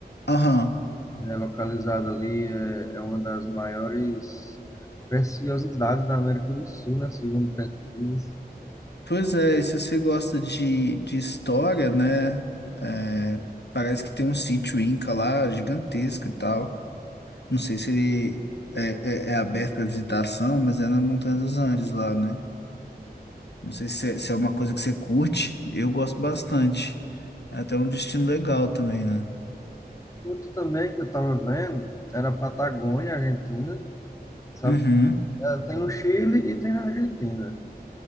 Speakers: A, on the left (about 85°); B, on the left (about 20°).
A: Aham.
B: É localizado ali, é, é uma das maiores preciosidades da América do Sul, né? Segundo pesquisas.
A: Pois é, e se você gosta de, de história, né? é, parece que tem um sítio Inca lá, gigantesco e tal. Não sei se ele é, é, é aberto para visitação, mas é na Montanha dos Andes lá, né? Não sei se é, se é uma coisa que você curte. Eu gosto bastante. É até um destino legal também, né?
B: Outro também que eu tava vendo era a Patagônia, Argentina, sabe?
A: Uhum.
B: Ela tem no Chile e tem na Argentina.